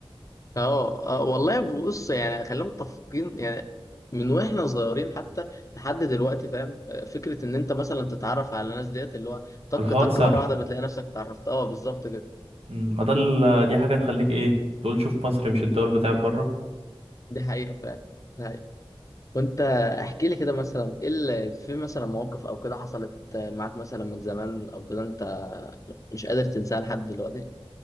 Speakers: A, on the left; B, on the right.
A: اه آه، والله بص يعني خلينا متفقين يعني من واحنا صغيرين حتى لحد دلوقتي فاهم آه، فكره ان انت مثلا تتعرف على ناس ديت اللي هو طك
B: الحوار
A: طك
B: سهل
A: مره واحده بتلاقي نفسك اتعرفت اه بالظبط كده
B: مم، ما ده ال- دي حاجة تخليك ايه تقول شوف مصر مش الدول بتاعت بره
A: دي حقيقه فعلا دي حقيقة. وانت احكي لي كده مثلا ايه اللي في مثلا مواقف او كده حصلت آه، معاك مثلا من زمان او كده انت مش قادر تنساها لحد دلوقتي